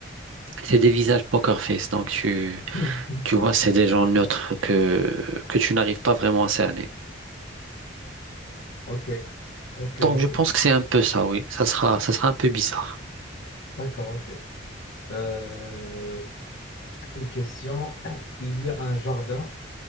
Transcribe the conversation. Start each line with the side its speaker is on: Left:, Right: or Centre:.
Right: c'est des visages poker face. Donc, tu,
Left: <laughs>
Right: tu vois, c'est des gens neutres que, que tu n'arrives pas vraiment à cerner.
Left: Ok, ok,
Right: Donc,
Left: ok.
Right: je pense que c'est un peu ça, oui. Ça sera, ça sera un peu bizarre.
Left: D'accord, ok. Euh, une question. Il y a un jardin